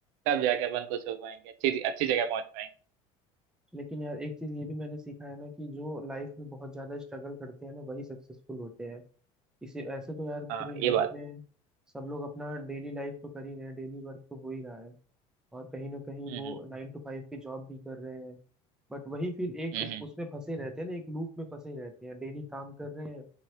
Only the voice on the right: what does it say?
तब जाके अपन कुछ हो पाएंगे अच्छी अच्छी जगह पहुंच पाएंगे
हाँ ये
बात
हम्म
हम्म।
हम्म